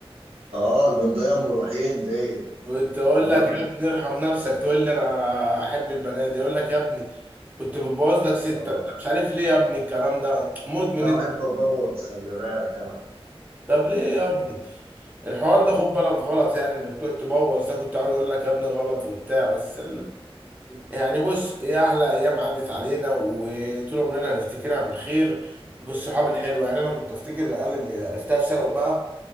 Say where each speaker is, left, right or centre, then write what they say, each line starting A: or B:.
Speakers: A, on the right; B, on the right.
A: اه البندقية أم روحين دي
B: كنت اقول
A: جامدة
B: لك يا ابني ارحم نفسك تقول لي انا احب البنات اقول لك يا ابني كنت بتبوظ لك ست
A: اه
B: انت مش عارف ليه يا ابني الكلام ده مدمن
A: انا
B: انت
A: بحب ابوظ خلي بالك انا
B: طب ليه يا ابني الحوار ده خد بالك غلط يعني انك تقعد تبوظ ده كنت عاوز اقول لك يا ابني غلط وبتاع بس يعني بص ايه احلى ايام عدت علينا وطول عمرنا هنفتكرها بالخير بالصحاب الحلوه يعني انا كنت افتكر العيال اللي عرفتها في ثانوي بقى